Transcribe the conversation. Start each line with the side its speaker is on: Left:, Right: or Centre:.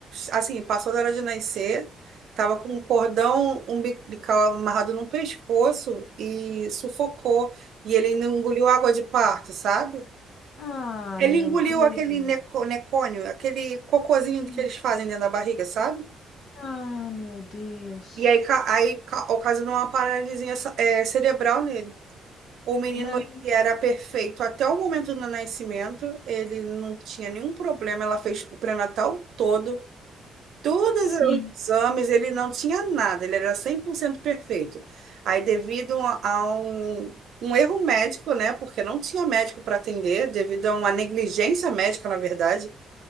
Right: assim, passou da hora de nascer, tava com um cordão umbilical amarrado no pescoço e sufocou. E ele ainda engoliu água de parto, sabe?
Left: Ah,
Right: Ele
Left: meu
Right: engoliu
Left: Deus.
Right: aquele neco, necônio, aquele cocôzinho
Left: Sim.
Right: que eles fazem dentro da barriga, sabe?
Left: Ah, meu Deus.
Right: E aí, ca- aí ca- ocasionou uma paralisia é, cerebral nele. O menino
Left: Mano,
Right: ele era perfeito até o momento do nascimento, ele não tinha nenhum problema, ela fez o pré-natal todo, todos
Left: sim.
Right: os exames, ele não tinha nada, ele era 100% perfeito. Aí, devido a a um, um erro médico, né, porque não tinha médico para atender, devido a uma negligência médica, na verdade,